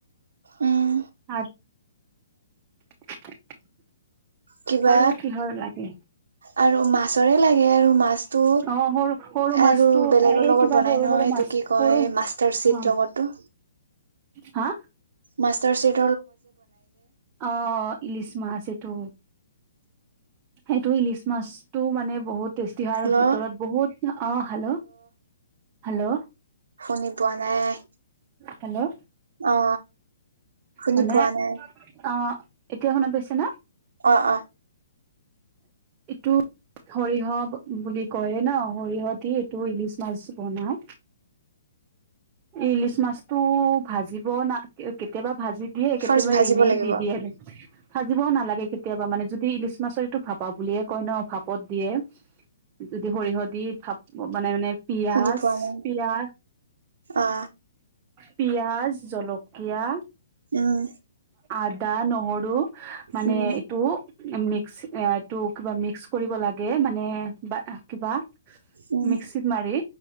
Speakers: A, on the right; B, on the right.
A: উম
B: আ। <unintelligible>
A: কিবা
B: আৰু কিহৰ লাগে
A: আৰু মাহ ছৰে লাগে আৰু মাছতো
B: অ সৰু সৰু মাছটো
A: আৰু বেলেগৰ
B: এই
A: লগত
B: কিবা
A: বনাই
B: সৰু
A: নহয়
B: সৰু মাছ
A: সেটো কি কয়
B: সৰু
A: মাষ্টাৰিট
B: অ
A: লগতো
B: হা
A: মাষ্টাৰ শিট
B: অ ইলিছ মাছ এটো সেইটো ইলিচ মাছটো মানে বহুত- তেজদিহাৰৰ
A: হেল্ল'
B: ভিতৰত বহুত অ হেল্ল' হেল্ল'
A: শুনি পোৱা নাই
B: হেল্ল'
A: অ শুনি
B: মানে
A: পোৱা নাই
B: আহ এতিয়া শুনা পাইছে না
A: অ অ
B: এইটো সৰিয়হ বুলি কয় ন সৰিয়হ দি এইটো ইলিচ মাছ বনাই ইলিচ মাছটো ভাজিব না কেতিয়াবা ভাজি দিয়ে কেতিয়াবা
A: ফাৰ্ষ্ট ভাজিব
B: এনেই
A: লাগিব
B: দি দিয়ে আৰু ভাজিবও নালাগে কেতিয়াবা মানে যদি ইলিচ মাছৰ ইটো ফাপা বুলিয়ে কয় ন ভাপত দিয়ে যদি সৰিয়হত দি ভাব মানে মানে পিয়াজ
A: শুনি পোৱা নাই
B: পিয়াজ
A: অ
B: পিঁয়াজ জলকীয়া
A: উম
B: আদা, নহৰু মানে
A: উম
B: এইটো মিক্সটো কিবা মিক্স কৰিব লাগে মানে বা কিবা
A: উম
B: মিক্সিত মাৰি